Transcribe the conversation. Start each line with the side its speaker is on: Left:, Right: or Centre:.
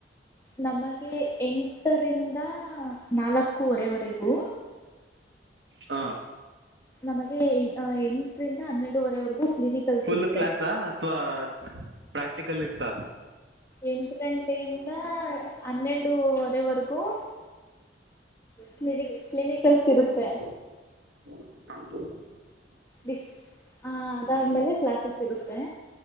Left: ನಮಗೆ ಎಂಟರಿಂದ ನಾಲ್ಕೂವರೆವರೆಗೂ
Right: ಹಾ
Left: ನಮಗೆ ಎಂಟರಿಂದ ಹನ್ನೆರಡುವರೆವರೆಗೂ ಕ್ಲಿನಿಕಲ್ಸ್
Right: ಫುಲ್
Left: ಇರುತ್ತೆ
Right: ಕ್ಲಾಸಾ ಅಥವಾ ಪ್ರಾಕ್ಟಿಕಲ್ ಇರ್ತಾ
Left: ಎಂಟ ಗಂಟೆಯಿಂದ ಹನ್ನೆರಡವರೆವರೆಗೂ ಕ್ಲಿನಿ ಕ್ಲಿನಿಕಲ್ಸ್ ಇರುತ್ತೆ.
Right: ಹ
Left: ದಿಸ್ ಹ ಅದಾದ್ಮೇಲೆ ಕ್ಲಾಸಸ್ ಇರುತ್ತೆ.